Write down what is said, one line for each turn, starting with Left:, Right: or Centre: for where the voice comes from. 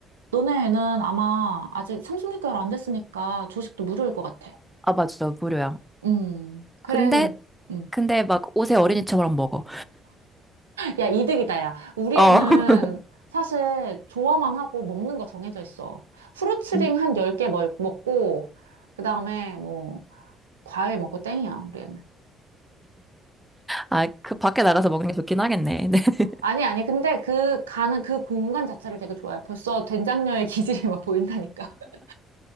Right: 너네 애는 아마 아직 36개월 안 됐으니까 조식도 무료일 것 같아.
Centre: 아, 맞아. 무료야.
Right: 음, 그래.
Centre: 근데,
Right: 그럼, 음.
Centre: 근데 막 옷에 어린이처럼 먹어.
Right: 야, 이득이다, 야. 우리
Centre: 어.
Right: 애는
Centre: <laughs>
Right: 사실 좋아만 하고 먹는 거 정해져 있어. 후루츠링
Centre: 음.
Right: 한 10개 먹, 먹고, 그 다음에 뭐, 과일 먹고 땡이야, 우리 애는.
Centre: 아, 그 밖에 나가서 먹는 게 좋긴 하겠네. 네. <laughs>
Right: 아니, 아니, 근데 그 가는 그 공간 자체를 되게 좋아해. 벌써 된장녀의 <laughs> 기질이 막 보인다니까. <laughs>